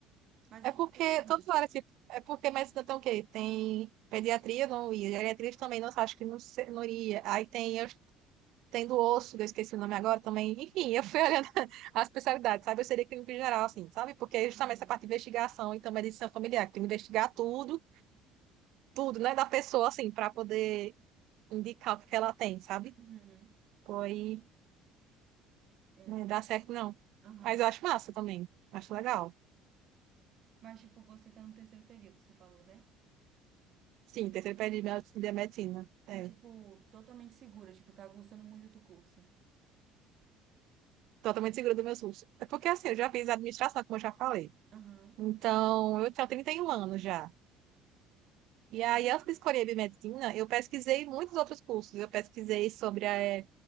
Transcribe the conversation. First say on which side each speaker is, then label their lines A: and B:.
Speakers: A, on the right (about 45°); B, on the right (about 60°).
A: Mas
B: É
A: aí,
B: porque
A: tipo assim.
B: todas as áreas, tipo, é porque medicina tem o quê? Tem pediatria, não ia. Geriatria também, não acho que não, se- não iria. Aí tem, eu, tem do osso, que eu esqueci o nome agora também. Enfim, eu fui <laughs> olhando as especialidades, sabe? Eu seria clínico em geral, assim, sabe? Porque é justamente
A: Aham.
B: essa parte de investigação e também de medicina familiar, que tem que investigar tudo, tudo, né, da pessoa, assim, para poder indicar o que que ela tem, sabe?
A: Uhum.
B: Pois
A: É,
B: não dá certo, não.
A: aham.
B: Mas eu acho massa também. Acho legal.
A: Mas, tipo, você tá no terceiro período, você falou, né?
B: Sim, terceiro período de med- de medicina. é.
A: E, tipo, totalmente segura, tipo, tá gostando muito do curso.
B: totalmente segura dos meus custos. É porque assim, eu já fiz administração, como eu já falei.
A: Aham.
B: Então, eu tenho 31 anos já. E aí,
A: Honras?
B: antes de escolher a biomedicina, eu pesquisei muitos outros cursos. Eu pesquisei sobre eh,